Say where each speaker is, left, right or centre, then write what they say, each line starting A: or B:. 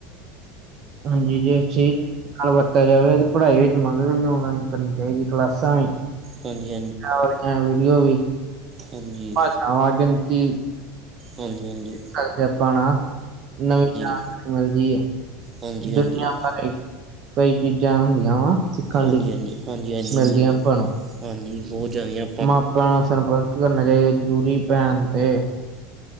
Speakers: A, on the right; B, on the right.
A: ਹਾਂਜੀ ਜੀ ਅਸੀ ਨਾਲ ਵਰਤਾ ਜਾਵੇ ਤੇ ਪੜ੍ਹਾਈ ਵਿੱਚ ਮਦਦ ਵੀ ਔਨਲਾਈਨ ਕਰਨੀ ਚਾਹੀਦੀ ਕਲਾਸਾਂ ਵੀ
B: ਹਾਂਜੀ
A: ਵਾਲੀਆਂ ਵੀਡੀਓ ਵੀ
B: ਹਾਂਜੀ ਹਾਂਜੀ
A: ਭਾਸ਼ਾਵਾਂ ਗਿਣਤੀ
B: ਹਾਂਜੀ-ਹਾਂਜੀ।
A: ਸਕਦੇ ਅਪਾਂ ਨਾ, ਨਵੀਂ <unintelligible>
B: ਹਾਂਜੀ
A: ਮਿਲ ਦੀ ਏ।
B: ਹਾਂਜੀ ਹਾਂਜੀ ਹਾਂਜੀ ਹਾਂਜੀ
A: ਦੁਨੀਆਂ ਬਾਰੇ ਕਈ ਚੀਜ਼ਾਂ ਹੁੰਦੀਆਂ ਵਾ। ਸਿੱਖਣ
B: ਹਾਂਜੀ-ਹਾਂਜੀ,
A: ਲਈ
B: ਹਾਂਜੀ-ਹਾਂਜੀ।
A: ਮਿਲਦੀਆਂ
B: ਹੁੰਦੀਆਂ,
A: ਆਪਾਂ ਨੂੰ
B: ਹਾਂਜੀ, ਬੋਤ ਜ਼ਿਆਦੀਆਂ।
A: ਮਾਪਿਆਂ ਨਾਲ ਸੰਪਰਕ ਕਰਨਾ ਚਾਈਦਾ, ਜ਼ਰੂਰੀ ਭੈਣ, ਤੇ